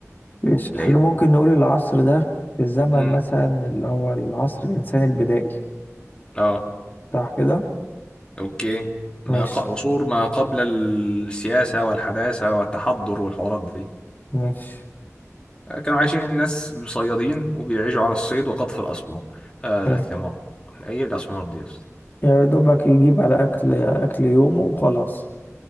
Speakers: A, on the left; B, on the left.
A: ماشي
B: لقيت
A: احنا ممكن نقول العصر ده في الزمن
B: امم
A: مثلا اللي هو العصر الإنساني البدائي
B: اه
A: صح كده
B: اوكي ما
A: ماشي
B: ق... عصور ما قبل السياسة والحداثة والتحضر والحوارات دي
A: ماشي
B: كانوا عايشين الناس صيادين وبيعيشوا على الصيد وقطف الأسمار آه
A: حلو
B: الثمار ايه الأسمار دي يا اسطى
A: يا دوبك يجيب على أكل أكل يومه وخلاص